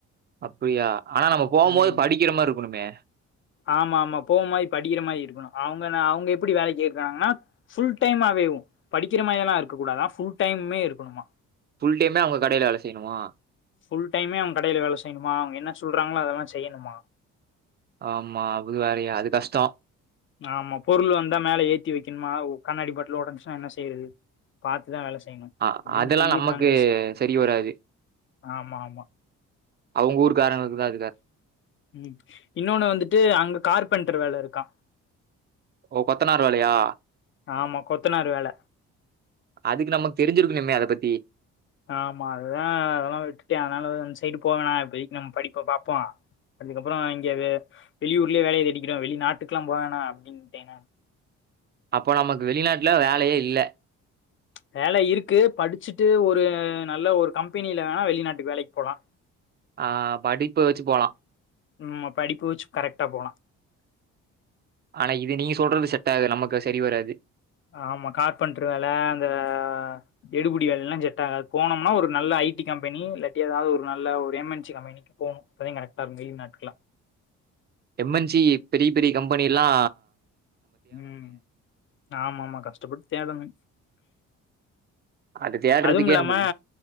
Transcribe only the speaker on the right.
அப்டியா ஆனா நம்ம போவம்போது
படிக்கிற மாரிருக்குணுமே
புஃல் டைமே அவுங்க கடைல வேல செய்யணுமா
ஆமா அதுவேறையா அது கஷ்டோ
அ
அதெல்லா
நமக்கு
செரி வராது
அவுங்க ஊருக்காரங்களுக்குதா அதுக
ஓ கொத்தனார் வேலையா
அதுக்கு நமக்கு தெரிஞ்சிருக்கணுமே அத பத்தி
அப்போ நமக்கு வெளிநாட்ல வேலையே இல்ல
ஆ படிப்பு வச்சு போலா
ஆனா இது நீங்க சொல்றது செட்டாகு நமக்கு செரி வராது
எம் என் சி பெரிய பெரிய கம்பெனிலா
அது தேடுறதுக்கே
நமக்கு